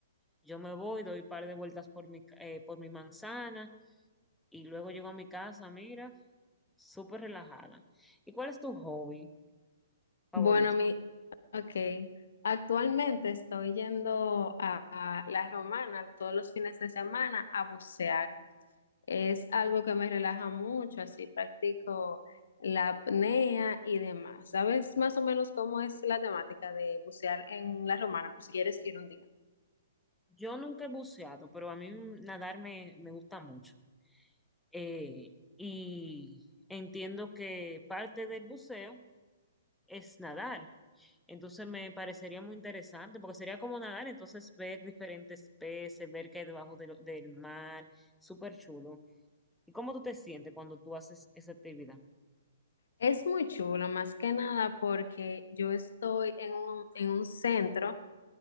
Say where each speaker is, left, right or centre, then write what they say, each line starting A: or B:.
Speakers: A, in the centre; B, on the left (about 70°).
A: Yo me voy, doy un par de vueltas por mi, ca- eh, por mi manzana y luego llego a mi casa, mira, súper relajada. ¿Y cuál es tu hobby favorito?
B: Bueno, mi, ok. Actualmente estoy yendo a, a La Romana todos los fines de semana a bucear. Es algo que me relaja mucho, así practico la apnea y demás. ¿Sabes más o menos cómo es la temática de bucear en La Romana, por si quieres ir un día?
A: Yo nunca he buceado, pero a mí nadar me, me gusta mucho. Eh, y entiendo que parte del buceo es nadar. Entonces me parecería muy interesante, porque sería como nadar, entonces ver diferentes peces, ver qué hay debajo de lo- del mar, súper chulo. ¿Y cómo tú te sientes cuando tú haces esa actividad?
B: Es muy chulo, más que nada porque yo estoy en un, en un centro.